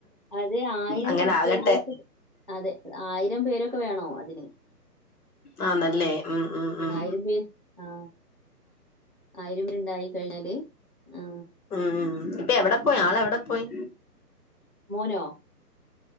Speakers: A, on the right (about 35°); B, on the left (about 65°).
A: അത് ആയിരം
B: അങ്ങനെ
A: സബ്സ്ക്രൈബേഴ്സ്
B: ആകട്ടെ
A: അതെ ആയിരം പേരൊക്കെ വേണോ അതിന്
B: ആഹ് ന്നല്ലേ ഉം ഉം ഉം
A: ആയിരം പേര് ആ ആയിരം പേരുണ്ടായി കഴിഞ്ഞാല് ആ,
B: ഉം ഇപ്പ എവിടെ
A: ആ,
B: പോയി ആളെവിടെ പോയി
A: മോനോ